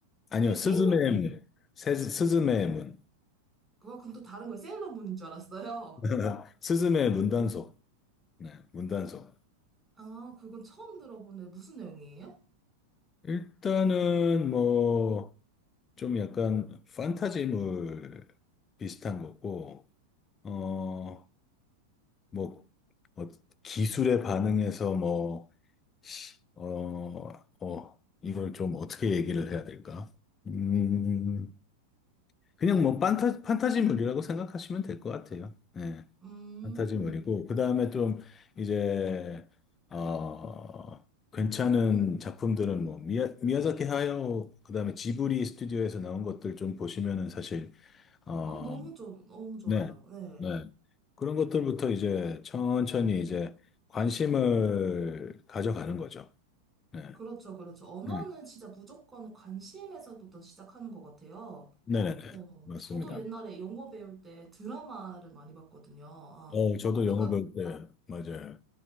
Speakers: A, on the left; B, on the right.
A: 아니요,
B: 그게
A: 스즈메의
B: 세일러문이.
A: 문. 세- 스즈메의 문.
B: 그거, 그건 또 다른 거예요. 세일러문인 줄 알았어요.
A: <laughs> 스즈메의 문단속. 네, 문단속.
B: 아, 그건 처음 들어보네. 무슨 내용이에요?
A: 일단은 뭐, 좀 약간 판타지물 비슷한 거고, 어, 뭐, 어, 기술에 반응해서 뭐, 어, 어, 이걸 좀 어떻게 얘기를 해야 될까? 음, 그냥 뭐 판타, 판타지물이라고 생각하시면 될 것 같아요. 네,
B: 음.
A: 판타지물이고, 그 다음에 좀 이제, 어, 괜찮은 작품들은 뭐, 미야, 미야자키 하야오, 그 다음에 지브리 스튜디오에서 나온 것들 좀 보시면은 사실 어,
B: 어, 너무 좋, 너무 좋아요.
A: 네,
B: 네.
A: 네. 그런 것들부터 이제 천천히 이제 관심을 가져가는 거죠. 네,
B: 그렇죠, 그렇죠. 언어는
A: 네,
B: 진짜 무조건 관심에서부터 시작하는 것 같아요.
A: 네, 네, 네.
B: 어,
A: 맞습니다.
B: 저도 옛날에 영어 배울 때 드라마를 많이 봤거든요. 아,
A: 어, 저도
B: 그러니까,
A: 영어 배울 때, 맞아요.